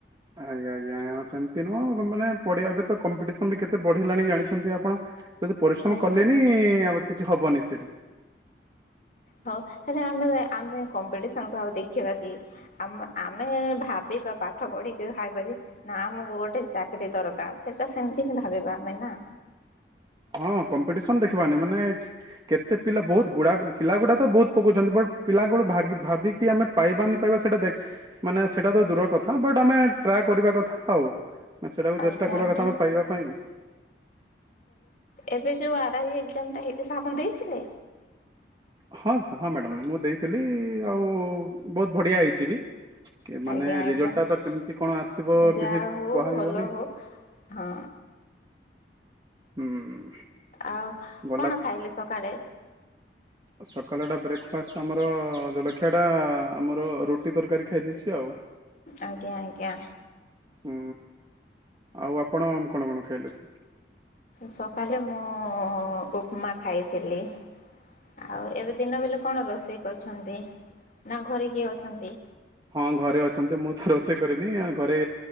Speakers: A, on the right; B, on the left.
A: ଆଜ୍ଞା ଆଜ୍ଞା ଆଜ୍ଞା ସେମିତି ନୁହଁ ମାନେ ପଢିବା ଏବେ ତ କମ୍ପିଟିସନ ବି କେତେ ବଢିଲାଣି ଜାଣିଛନ୍ତି ଆପଣ ଯଦି ପରିଶ୍ରମ
B: ଆଜ୍ଞା।
A: କଲେନି ଆ କିଛି ହବନି। ସେଠି
B: ହଉ ହେଲେ ଆମେ ଆମେ କମ୍ପିଟିସନ କ ଆଉ ଦେଖିବା କି ଆ ଆମେ ଭାବିବା ପାଠ ପଢିକି ଭାବିବା ଯେ ନା ଆମକୁ ଗୋଟେ ଚାକିରୀ ଦରକାର ସେଟା ସେମିତି ହିଁ ଭାବିବା ଆମେ ନା
A: ହଁ କମ୍ପିଟିସନ ଦେଖିବାନି ମାନେ କେତେ ପିଲା ବହୁତ ଗୁଡା ପିଲ ଗୁଡା ତ ବହୁତ ପକଉଛନ୍ତି ବଟ୍ ପିଲା କ ଭି ଭାବିକି ଆମେ ପାଇବାନି ପାଇବା ସେଇଟା ଦେଖ ମାନେ ସେଇଟା ତ ଦୂର କଥା ବଟ୍ ଆମେ ଟ୍ରାଏ କରିବା କଥା ଆଉ ସେଇଟାକୁ
B: ଆଜ୍ଞା
A: ଚେଷ୍ଟା କରିବା
B: ଆଜ୍ଞା
A: କଥା ଆମେ ପାଇବା ପାଇଁ
B: ଏବେ ଯୋଉ ଆରାଇ ଏକ୍ଜାମ୍ ହେଇଥିଲା ଆପଣ ଦେଇଥିଲେ।
A: ହଁ ହଁ ମ୍ୟାଡ଼ାମ ମୁଁ ଦେଇଥିଲି ଆଉ ବହୁତ ବଢିଆ ହେଇଛି ବି ମାନେ
B: ଆଜ୍ଞା
A: ରେଜଲ୍ଟ
B: ଆଜ୍ଞା
A: ଟା ତ କେମିତି କଣ ଆସିବ
B: ଯାହା
A: କିଛି
B: ହଉ
A: କୁହାଯିବନି
B: ଭଲ ହଉ ହଁ
A: ହୁଁ।
B: ଆଉ
A: ଗଲା
B: କଣ ଖାଇଲେ ସକାଳେ?
A: ସକାଳଟା ବ୍ରେକଫାଷ୍ଟ ଆମର ଜଳଖିଆ ଟା ଆମର ରୁଟି ତରକାରୀ ଖାଇ ଦେଇେଇଛି ଆଉ
B: ଆଜ୍ଞା ଆଜ୍ଞା।
A: ହୁଁ ଆଉ ଆପଣ କଣ କଣ ଖାଇଲେ ସ?
B: ସକାଳେ ମୁଁ ଉପମା ଖାଇଥିଲି। ଆଉ ଏବେ ଦିନ ବେଳେ କଣ ରୋଷେଇ କରଛନ୍ତି ନା ଘରେ କିଏ ଅଛନ୍ତି?
A: ହଁ ଘରେ ଅଛନ୍ତି ମୁଁ ତ ରୋଷେଇ କରେନି ଆ ଘରେ